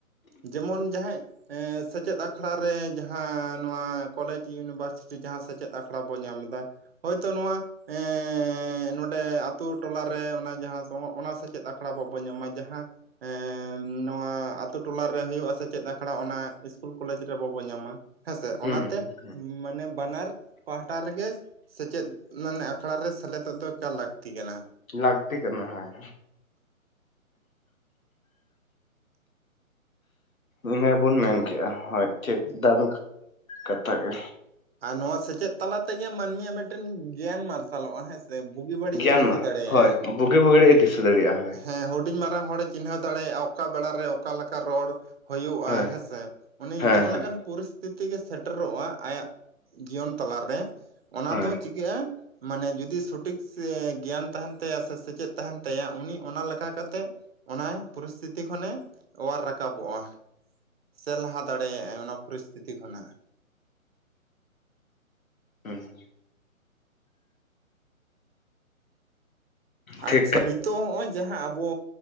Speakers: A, on the right (about 45°); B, on the left (about 70°).
A: ᱡᱮᱢᱚᱱ ᱡᱟᱦᱟᱸᱭ ᱮ ᱥᱮᱪᱮᱫ ᱟᱠᱷᱲᱟ ᱨᱮ ᱡᱟᱦᱟᱸ ᱱᱚᱣᱟ ᱠᱚᱞᱮᱡᱽ ᱤᱭᱩᱱᱤᱵᱷᱟᱨᱥᱤᱴᱤ ᱡᱟᱦᱟᱸ ᱥᱮᱪᱮᱫ ᱟᱠᱷᱲᱟ ᱵᱚᱱ ᱧᱟᱢ ᱮᱫᱟ᱾ ᱦᱳᱭᱛᱳ ᱱᱚᱣᱟ ᱮ, ᱦᱮᱸ ᱱᱚᱰᱮ ᱟᱛᱳ ᱴᱚᱞᱟᱨᱮ ᱚᱱᱟ ᱡᱟᱦᱟᱸ ᱥᱳᱧᱚ ᱚᱱᱟ ᱥᱮᱪᱮᱫ ᱟᱠᱷᱲᱟ ᱵᱟᱵᱚᱱ ᱧᱟᱢᱟ ᱡᱟᱦᱟᱸ ᱱᱚᱣᱟ ᱟᱹᱛᱩ ᱴᱚᱞᱟ ᱨᱮ ᱦᱩᱭᱩᱜᱼᱟ, ᱥᱮᱪᱮᱫ ᱟᱠᱷᱲᱟ ᱚᱱᱟ ᱤᱥᱠᱩᱞ ᱠᱚᱞᱮᱡᱽ ᱨᱮ ᱵᱟᱵᱚ ᱧᱟᱸᱢᱟ᱾ ᱦᱮᱸᱥᱮ ᱚᱱᱟᱛᱮ
B: ᱦᱩᱸ ᱦᱩᱸ ᱦᱩᱸ
A: ᱢᱟᱱᱮ ᱵᱟᱱᱟᱨ ᱯᱟᱦᱴᱟ ᱨᱮᱜᱮ ᱥᱮᱪᱮᱫ, ᱢᱟᱱᱮ ᱟᱠᱷᱲᱟ ᱨᱮ ᱥᱮᱞᱮᱫᱚᱜ ᱫᱚ ᱮᱠᱟᱞ ᱞᱟᱹᱠᱛᱤ ᱠᱟᱱᱟ᱾
B: ᱞᱟᱹᱜᱛᱤ ᱠᱟᱱᱟ ᱦᱮᱸ᱾ ᱤᱱᱟᱹ ᱵᱚᱱ ᱢᱮᱱ ᱠᱮᱜᱼᱟ, ᱦᱳᱭ ᱴᱷᱤᱠ ᱴᱟ ᱫᱚ ᱠᱟᱛᱷᱟ ᱜᱮ
A: ᱟᱨ ᱱᱚᱣᱟ ᱥᱮᱪᱮᱫ ᱛᱟᱞᱟ ᱛᱮᱜᱮ ᱢᱟᱹᱱᱢᱤᱭᱟᱜ ᱢᱤᱫᱴᱮᱱ ᱜᱮᱭᱟᱱ ᱢᱟᱨᱥᱟᱞᱚᱜᱼᱟ ᱦᱮᱸᱥᱮ᱾ ᱵᱩᱜᱤ ᱵᱟᱹᱲᱤᱡ
B: ᱜᱮᱭᱟᱱ
A: ᱤᱧ ᱫᱤᱥᱟᱹ
B: ᱢᱟ
A: ᱫᱟᱲᱮᱭᱟᱜᱼᱟ᱾
B: ᱦᱳᱭ ᱵᱩᱜᱤ ᱵᱟᱹᱲᱤᱡ ᱮ ᱫᱤᱥᱟᱹ ᱫᱟᱲᱮᱭᱟᱜᱼᱟ ᱦᱳᱭ
A: ᱦᱮᱸ ᱦᱩᱰᱤᱧ ᱢᱟᱨᱟᱝ ᱦᱚᱲᱮ ᱪᱤᱱᱦᱟᱹᱣ ᱫᱟᱲᱮᱭᱟᱜᱼᱟ᱾ ᱚᱠᱟ ᱵᱮᱲᱟᱨᱮ ᱚᱠᱟ ᱞᱮᱠᱟ ᱨᱚᱲ ᱦᱩᱭᱩᱜᱼᱟ
B: ᱦᱳᱭ
A: ᱦᱮᱸᱥᱮ ᱩᱱᱤ
B: ᱦᱮᱸ
A: ᱡᱟᱦᱟᱸ
B: ᱦᱮᱸ
A: ᱞᱮᱠᱟᱱ ᱯᱚᱨᱤᱥᱛᱷᱤᱛᱤ ᱜᱮ ᱥᱮᱴᱮᱨᱚᱜᱼᱟ ᱟᱭᱟᱜ, ᱡᱤᱭᱚᱱ ᱛᱟᱞᱟ ᱨᱮ ᱚᱱᱟ
B: ᱦᱳᱭ
A: ᱫᱚ ᱪᱤᱠᱟᱹᱜᱼᱟ ᱢᱟᱱᱮ ᱡᱩᱫᱤ ᱥᱚᱴᱷᱤᱠ ᱜᱮᱭᱟᱱ ᱛᱟᱦᱮᱱ ᱛᱟᱭᱟ ᱥᱮ ᱥᱮᱪᱮᱫ ᱛᱟᱦᱮᱱ ᱛᱟᱭᱟ, ᱩᱱᱤ ᱚᱱᱟ ᱞᱮᱠᱟ ᱠᱟᱛᱮᱜ ᱚᱱᱟ ᱯᱚᱨᱤᱥᱛᱷᱤᱛᱤ ᱠᱷᱚᱱᱮ ᱚᱣᱟᱨ ᱨᱟᱠᱟᱵᱚᱜᱼᱟ ᱥᱮ ᱞᱟᱦᱟ ᱫᱟᱲᱮᱭᱟᱜᱟᱭ᱾ ᱚᱱᱟ ᱯᱚᱨᱤᱥᱛᱷᱤᱛᱤ ᱠᱷᱚᱱᱟᱜ
B: <inaudible> ᱴᱷᱤᱠ
A: ᱟᱪᱪᱷᱟ ᱱᱤᱛᱚᱜ ᱦᱚᱸᱜᱼᱚᱭ ᱡᱟᱦᱟᱸ ᱟᱵᱚ,